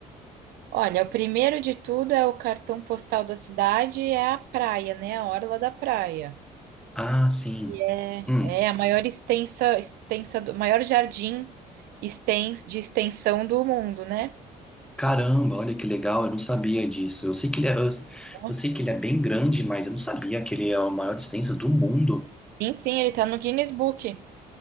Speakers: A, on the right; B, in the centre.
A: olha, o primeiro de tudo é o cartão postal da cidade, é a praia, né? A orla da praia.
B: Ah, sim.
A: E é,
B: Hum.
A: é a maior extensa, extensa, do- maior jardim extens, de extensão do mundo, né?
B: Caramba, olha que legal, eu não sabia disso. Eu sei que ele é, eu,
A: Ó,
B: eu sei que ele é bem grande, mas eu não sabia que ele é a maior extenso do mundo.
A: Sim, sim, ele tá no Guinness Book.